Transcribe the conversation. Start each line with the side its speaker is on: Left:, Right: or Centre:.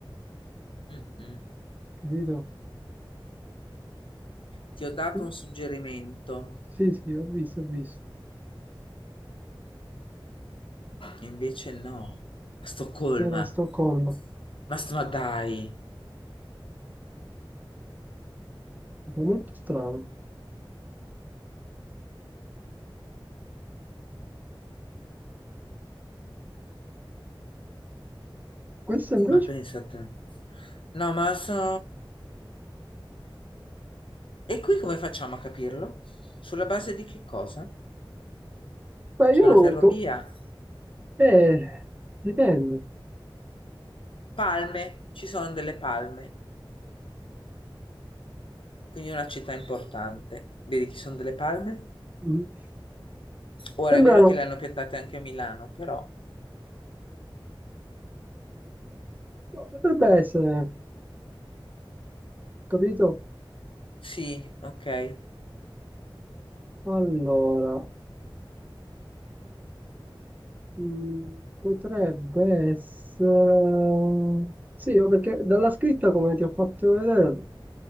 Left: Mm-mm.
Right: capito?
Left: Ti ho dato
Right: Sì,
Left: un suggerimento,
Right: sì, sì, ho visto, ho visto.
Left: e invece no, a Stoccolma.
Right: Era a Stoccolma,
Left: Ma, st- ma dai,
Right: è molto strano. Questo invece,
Left: ma pensa a te. No, ma so. E qui come facciamo a capirlo? Sulla base di che cosa?
Right: ma io,
Left: C'è una ferrovia,
Right: eh, dipende.
Left: palme, ci sono delle palme, quindi è una città importante. Vedi che ci sono delle palme?
Right: Mm.
Left: Ora
Right: Sembrano,
Left: è vero che le hanno piantate anche a Milano, però
Right: potrebbe essere, capito?
Left: sì, ok.
Right: Allora, mm, potrebbe essere... Sì, o perché dalla scritta, come ti ho fatto vedere,